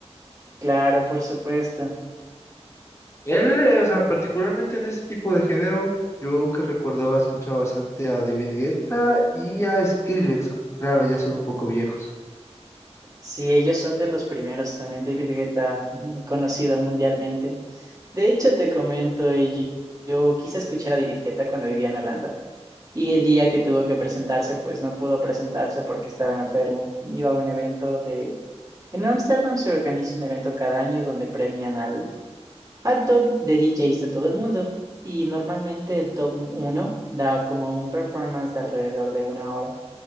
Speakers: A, on the right; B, on the left.
A: Claro, por supuesto.
B: Él, eh, o sea, particularmente en este tipo de género, yo que recordaba, escuchaba bastante a David Guetta y a Skrillex. ¿no? Claro, ya son un poco viejos.
A: Sí, ellos son de los primeros también, David Guetta, <laughs> conocido mundialmente. De hecho, te comento, eh, yo, yo quise escuchar a David Guetta cuando vivía en Holanda Y el día que tuvo que presentarse, pues no pudo presentarse porque estaba enfermo. Iba a un evento de... En Ámsterdam se organiza un evento cada año donde premian al, al top de DJs de todo el mundo. Y normalmente el top uno da como un performance de alrededor de una hora.